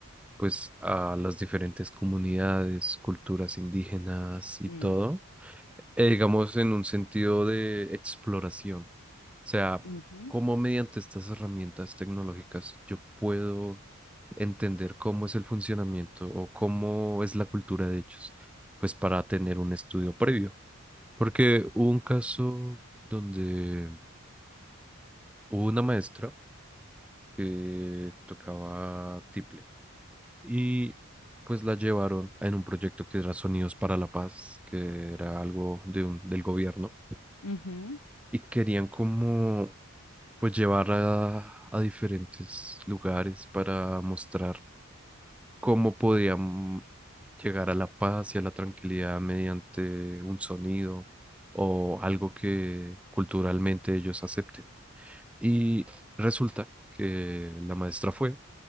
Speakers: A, in the centre; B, on the left.
A: pues a las diferentes comunidades, culturas indígenas y
B: Mm.
A: todo, eh, digamos en un sentido de exploración. sea,
B: Ujú,
A: cómo mediante estas herramientas tecnológicas yo puedo entender cómo es el funcionamiento o cómo es la cultura de ellos, pues para tener un estudio previo. Porque hubo un caso donde hubo una maestra que tocaba tiple y pues la llevaron en un proyecto que era Sonidos para la Paz, que era algo de un, del gobierno,
B: ujú.
A: y querían como pues llevar a, a diferentes lugares para mostrar cómo podían llegar a la paz y a la tranquilidad mediante un sonido o algo que culturalmente ellos acepten. Y resulta que la maestra fue,